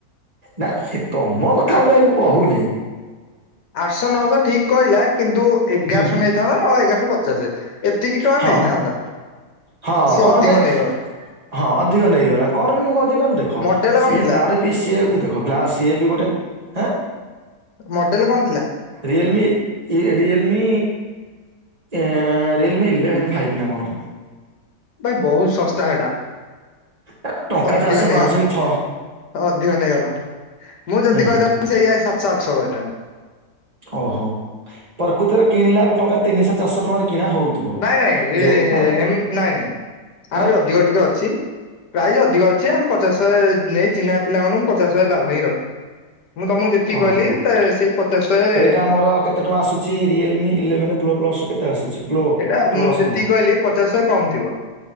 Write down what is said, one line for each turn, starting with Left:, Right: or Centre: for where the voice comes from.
Right: ନା ଏ ତମ କଥା
Left: ଆ-
Right: ବୋଲି ଭାଇ ମୁଁ କହୁନି
Left: ଆଠଶହ ନଅଶହ ଠିକ କହିଲା କିନ୍ତୁ ଏଗାରଶହ
Right: ହୁଁ
Left: ନେଇଥାନ୍ତା ନହେଲେ ଏଗାରଶହ ପଚାସେ ଏତିକି ଟଙ୍କା
Right: ହଁ
Left: ନେଇଥାନ୍ତା।
Right: ହଁ
Left: ସିଏ
Right: କଣ
Left: ଅଧିକ
Right: ପାଇଁ
Left: ନେଇଗଲା।
Right: ହଁ ଅଧିକ ନେଇଗଲା କଣ ପାଇଁ ମୁଁ କହୁଛି କହିଲ ଦେଖ
Left: ମଡେଲ
Right: ସିଏ
Left: କଣ ଥିଲା
Right: ତାର ବିି ସିଏ ହଁ ଗ୍ଲାସ ସିଏ ବି ଗୋଟେ ହେଁ
Left: ମଡେଲ କଣ ଥିଲା?
Right: ରୟଲମ ରୟଲମି ଏ ରିୟଲମି ଇଲେଭେନ ଫାଇଭ୍ ନା କଣ
Left: ହେ ବହୁତ ଶସ୍ତା ହେଟା
Right: ଏରା ଟଙ୍କା
Left: ଅଧିକ
Right: ଚାରିଶହ
Left: ନେଇଗଲା
Right: ପାଞ୍ଚଶହ କି ଛଅ
Left: ଅଧିକ ନେଇଗଲା। ମୁଁ ଯଦି
Right: ହୁଁ
Left: କହିଥାନ୍ତି
Right: ହୁଁ
Left: ସେଇଆା ସାତଶହ ଆଠଶହ କହିଥାନ୍ତି
Right: ଓହୋ। ପ୍ରକୃତରେ କିଣିଲା କୁ ଟଙ୍କା ତିନିଶହ ଚାରିଶହ ଟଙ୍କାରେ କିଣା ହଉଥିବ
Left: ନାଇଁ ନାଇଁ
Right: ଯୋଉ
Left: ହେ
Right: ଆଉ
Left: ନାଇଁ ନାଇଁ ଆହୁରି
Right: ଆଁ
Left: ଅଧିକ ଟିକେ ଅଛି ପ୍ରାଇସ୍ ଅଧିକ ଅଛି ଆମେ ପଚାଶ ଶହେ ନେଇ ଚିହ୍ନା ପିଲାମାନଙ୍କୁ ପଚାଶ ଶହେ ଲାଭ ହିଁ ରଖେ ମୁଁ ତମକୁ ଯେତିକିହିଲି
Right: ଓହୋ।
Left: ତା ସେଇ। ପଚାଶ ଶହେ
Right: ଏଇଟା ଆମର କେତେ ଟଙ୍କା ଆସୁଛି। ରିଏଲମି ଇଲେଭେନ ପ୍ରୋ ପ୍ଲସ କେତେ ଆସୁଛି। ପ୍ରୋ
Left: ସେଇଟା
Right: ପ୍ଲସ
Left: ମୁଁ ଯେତିକି
Right: ନୂହ।
Left: କହିଲି ପଚାଶ ଶହେ କମ ଥିବ।